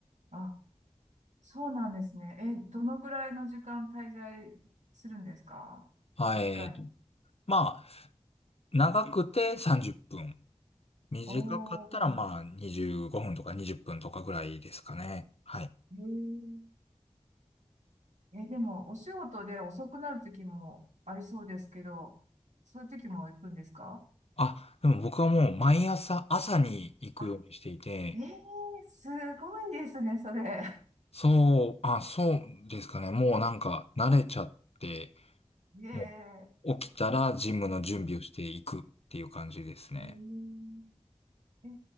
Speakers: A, on the right; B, on the left.
A: あ、そうなんですね。え、どのぐらいの時間滞在するんですか一回に。
B: あえーと、まあ、長くて30分。短かったら、
A: お
B: まあ、
A: ー、
B: 25分とか20分とかぐらいですかね。はい。
A: へえ。え、でも、お仕事で遅くなる時もありそうですけど、そういう時も行くんですか
B: あ、でも僕はもう毎朝、朝に行くようにしていて、
A: あ、ええ、すごいですね、それ。
B: そう、あ、そうですかね。もうなんか慣れちゃって、
A: <laughs> へえ。
B: もう起きたらジムの準備をしていくっていう感じですね。
A: えうん。ええ